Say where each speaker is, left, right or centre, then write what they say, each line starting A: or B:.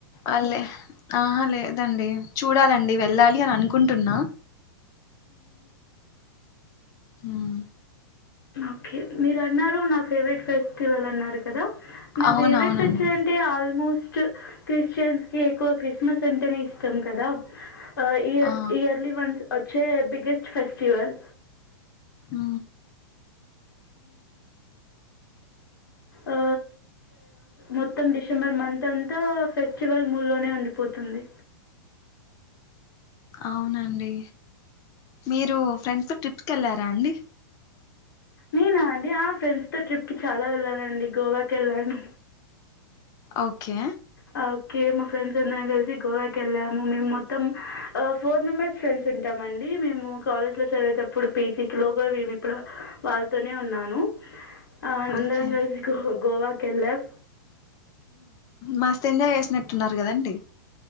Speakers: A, on the left; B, on the left.
A: అలే ఆహ లేదండి చూడాలండి వెళ్ళాలి అని అనుకుంటున్నా. హ్మ్
B: ఓకే మీరు అన్నారు నా ఫేవరెట్ ఫెస్టివల్ అన్నారు కదా నా
A: అవునవునండి
B: ఫేవరెట్ ఫెస్టివ ంట ఆల్మోస్ట్ క్రిస్టియన్స్ న్సీ ఎక్కువ క్రిస్మస్ అంటేనే ఇష్టం కదా ఇయర్
A: ఆ
B: ఇయర్లీ వన్స్ అచ్చే బిగెస్ట్ ఫెస్టివల్
A: ఆ
B: ఆ మొత్తం డిసెంబర్ మంత్ అంతా ఫెస్టివల్ మూ లోనే ఉండిపోతుంది
A: అవునండి మీరు ఫ్రెండ్స్తో ట్రిప్కి వెళ్ళారా అండి
B: నేనా అండి ఆ ఫ్రెండ్స్ తో ట్రిప్కి చాలా వెళ్ళానండి గోవాకి వెళ్ళాను
A: ఓకే
B: ఆ! ఓకే మా ఫ్రెండ్స్ అందరం కలిసి గోవాకి వెళ్ళాము మేము మొత్తం ఫోర్ మెంబెర్స్ ఫ్రెండ్స్ ఉంటాం అండి మేము కాలేజ్ లో చదివేటప్పుడు పీజీ లో కూడా మేము ఇప్పుడు వాళ్ళతోనే ఉన్నాను ఆ అందరం
A: ఓకే
B: కలిసి గోవాకి వెళ్ళాం
A: మస్త ఎంజాయ్ చేసినట్టున్నారు కదండి